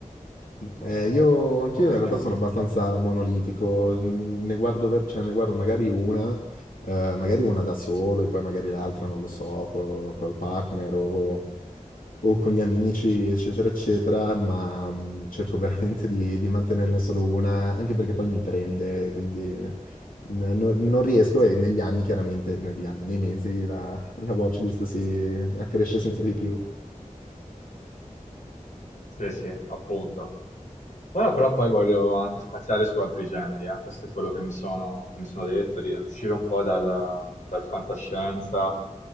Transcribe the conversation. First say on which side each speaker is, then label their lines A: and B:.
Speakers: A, on the left; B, on the left.
A: appunto,
B: mh, ehm, io anch'io
A: poco
B: in
A: senso.
B: realtà sono abbastanza monolitico, mhmm, ne guardo ver cioè ne guardo magari una, ehm, magari una da solo e poi magari l'altra, non lo so, co col partner o o con gli amici, eccetera, eccetera, ma, mhmm, cerco veramente di di mantenerne solo una, anche perché poi mi prende, quindi n no non riesco e negli anni chiaramente negli anni, nei mesi la la watch list si accresce sempre di più.
A: Sì, sì, appunto. Ora però poi voglio anche spaziare su altri generi, eh. Questo è quello che mi sono, che mi sono detto, di uscire un po' dal, dal fantascienza,